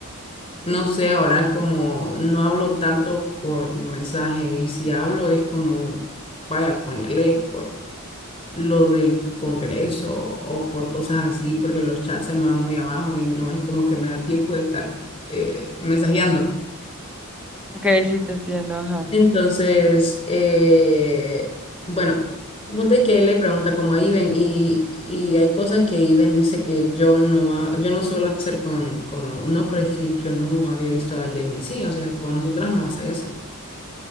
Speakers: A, on the left; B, in the centre.
A: no sé, ahora como no hablo tanto por mensaje y si hablo es como, vaya, ponerle por lo del Congreso o por cosas así, porque los chats se me van muy abajo y no es como que me da tiempo de estar eh, mensajeando.
B: Ok, sí te entiendo, ajá,
A: Entonces, eh, bueno, el punto es que él le pregunta como a Iben y, y hay cosas que Iben dice que yo no, ha- yo no suelo hacer con, como, no, pero es que yo no había visto a Jamie así, o sea, con nosotras no hace eso.